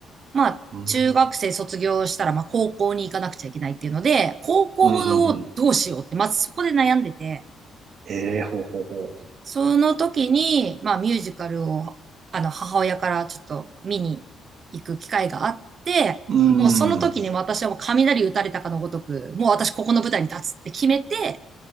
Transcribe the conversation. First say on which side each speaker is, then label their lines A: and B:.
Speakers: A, on the right; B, on the right.
A: まあ、
B: うん。
A: 中学生卒業したら、まあ、高校に行かなくちゃいけないっていうので、高校をどうしようって、
B: うん。うん。
A: まずそこで悩んでて、
B: ええ、ほうほうほ
A: その時に、まあ、ミュージカルを、あの、母親からちょっと見に行く機会があって、
B: う。う
A: もうその時に私はもう雷打たれたかのごとく、
B: ん。
A: もう私ここの舞台に立つって決めて、